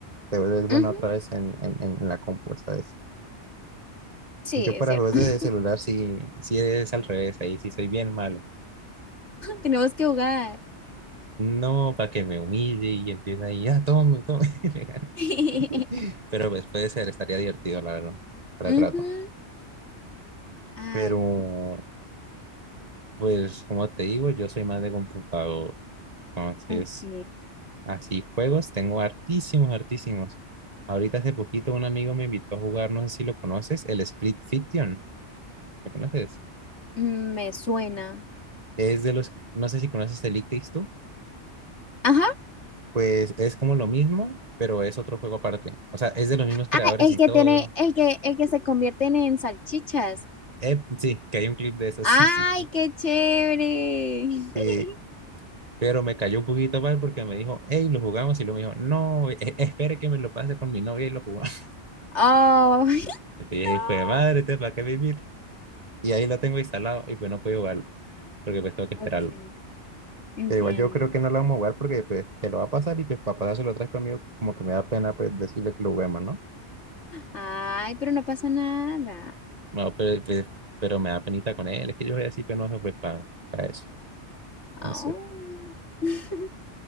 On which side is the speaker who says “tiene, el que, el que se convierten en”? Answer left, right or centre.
Left